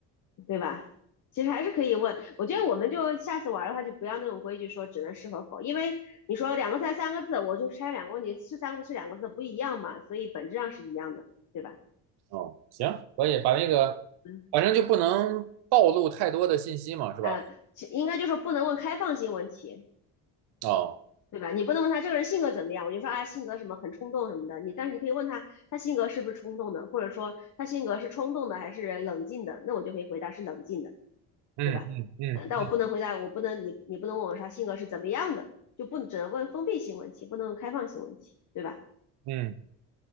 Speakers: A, on the left; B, on the right.
A: 对吧？其实还是可以问。我觉得我们就下次玩的话，就不要那种规矩说只能是和否，因为你说两个字还是三个字，我就拆两个问题，是三个字是两个字不一样嘛，所以本质上是一样的，对吧？
B: 哦，行，可以把那个，
A: 嗯
B: 反正就不能暴露太多的信息嘛，是吧？
A: 嗯，其应该就是不能问开放性问题。
B: 哦，
A: 对吧？你不能问他这个人性格怎么样，我就说啊，性格什么很冲动什么的。你但是你可以问他，他性格是不是冲动的，或者说他性格是冲动的还是冷静的，那我就可以回答是冷静的，
B: 嗯嗯嗯
A: 对吧？嗯，但我不能回答，我不能你你不能问我说他性格是怎么样的，就不能只能问封闭性问题，不能问开放性问题，对吧？
B: 嗯，